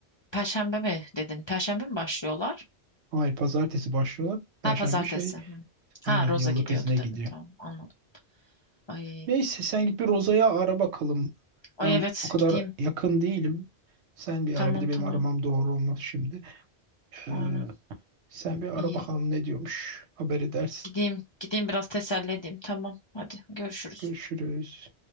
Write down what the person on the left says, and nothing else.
Perşembe mi dedin? Perşembe mi başlıyorlar?
Ha pazartesi.
Hı.
Ha Roza
gidiyordu
dedin. Tamam anladım. Ay.
Ay
evet
gideyim.
Tamam
tamam.
Aynen.
İyi.
Gideyim. Gideyim biraz teselli edeyim. Tamam. Hadi görüşürüz.